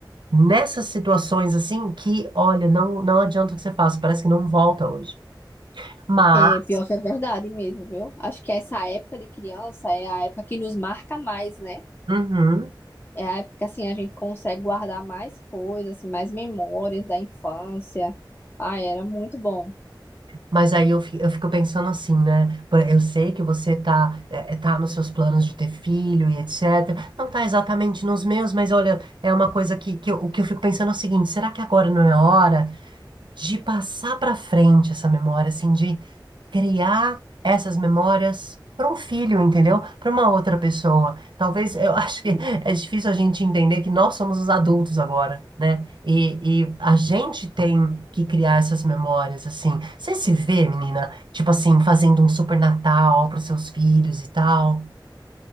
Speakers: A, on the right; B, on the left.
A: nessas situações assim que, olha, não, não adianta o que você faça, parece que não volta hoje. Mas,
B: É pior que é verdade mesmo, viu? Acho que essa época de criança é a época que nos marca mais, né?
A: uhum,
B: É a época que assim a gente consegue guardar mais coisas, assim, mais memórias da infância. Ah, era muito bom.
A: Mas aí eu, fi- eu fico pensando assim, né? Por- Eu sei que você tá, eh, tá nos seus planos de ter filho e etc. Não tá exatamente nos meus, mas olha, é uma coisa que, que eu, o que eu fico pensando é o seguinte: será que agora não é hora de passar para frente essa memória, assim, de criar essas memórias para um filho, entendeu? Para uma outra pessoa. Talvez eu <laughs> acho que é difícil a gente entender que nós somos os adultos agora, né? E, e a gente tem que criar essas memórias, assim. Você se vê, menina, tipo assim, fazendo um super Natal para seus filhos e tal?